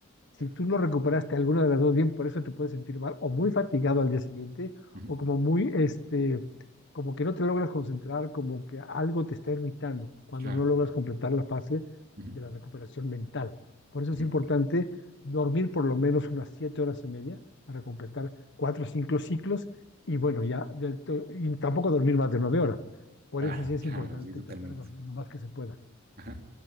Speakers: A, on the left; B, on the right.
A: Si
B: Claro,
A: tú no recuperaste alguna de las dos bien, por eso te puedes sentir mal o muy fatigado al día siguiente
B: ujú,
A: o como muy, este, como que no te logras concentrar, como que algo te está irritando cuando
B: claro,
A: no logras
B: claro.
A: completar la fase
B: ujú,
A: de la recuperación mental. Por eso
B: ujú,
A: es importante dormir por lo menos unas siete horas y media para
B: ujú,
A: completar cuatro o cinco ciclos y bueno, ya, del to- y tampoco dormir más de nueve horas. Por
B: Claro,
A: eso sí es
B: <laughs> claro,
A: importante
B: sí, totalmente.
A: tratar de dormir lo más que se pueda.
B: Ajá.